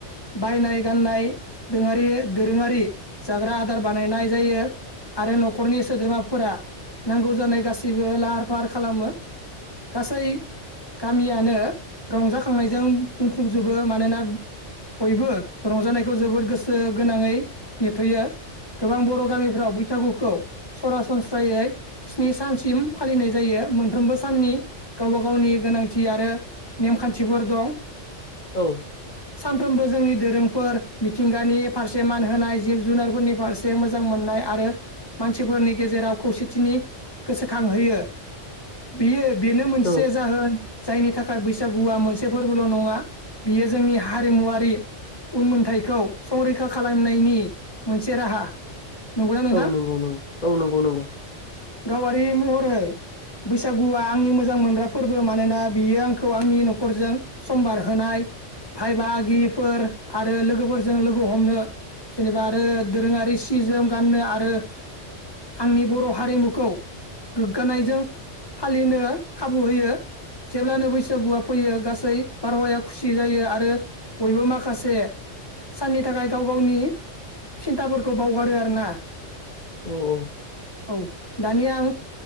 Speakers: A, on the left; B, on the left.
A: बायनाय गाननाय दोरोङारि दोरोङारि जाग्रा आदार बानायनाय जायो। आरो न'खरनि सोद्रोमाफोरा नांगौ जानाय गासैबो लाहार फाहार खालामो गासै गामियानो रंजाखांनायजों बुंफबजोबो मानोना बयबो रंजानायखौ जोबोर गोसो गोनाङै नेथ'यो। गोबां बर' गामिफ्राव बैसागुखौ सरासनस्रायै स्नि सानसिम फालिनाय जायो मोनफ्रोमबो साननि गावबा गावनि गोनांथि आरो नेमखान्थिफोर दं।
B: औ
A: सानफ्रोमबो जोंनि दोरोंफोर मिथिंगानि फारसे मान होनाय जिब जुनारफोरनि फारसे मोजां मोन नाय आरो मानसिफोरनि गेजेराव खौसेथिनि गोसोखां होयो। बियो बेनो मोनसे
B: औ
A: जाहोन जायनि थाखाय बैसागुआ मोनसे फोरबोल' नङा बियो जोंनि हारिमुवारि उनमोन्थायखौ संरैखा खालामनायनि मोनसे राहा। नंगौना नोंथां
B: औ नंगौ नंगौ औ नंगौ नंगौ।
A: गावारि महरै बैसागुआ आंनि मोजां मोनग्रा फोरबो मानोना बियो आंखौ आंनि न'खरजों समबार होनाय भाय बागिफोर आरो लोगोफोरजों लोगो हमनो जेनेबा आरो दोरोङारि सि जोम गाननो आरो आंनि बर' हारिमुखौ गोग्गानायजों फालिनो खाबु होयो। जेब्लानो बैसागुआ फैयो गासै बारहावाया खुसि जायो आरो बयबो माखासे साननि थाखाय गाव गावनि सिन्थाफोरखौ बावगारो आरो ना।
B: औ औ
A: औ दानिया आं